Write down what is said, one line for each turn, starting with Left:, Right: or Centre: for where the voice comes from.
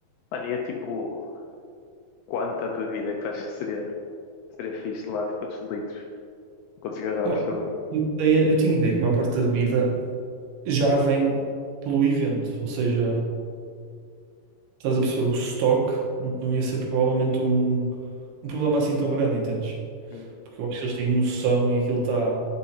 Left: Mano, e é tipo, Quanta bebida é que tu achas que seria, seria fixe lá? Tipo, quantos litros? Quantas garrafas?
Right: Pá,
Left: Sei lá.
Right: eu, ideia- eu tinha ideia que uma parte da bebida já vem pelo evento, ou seja, estás a perceber, o estoque não ia ser provavelmente um, um problema assim tão grande, entendes?
Left: Uhum.
Right: Porque eu acho que eles têm noção e aquilo está.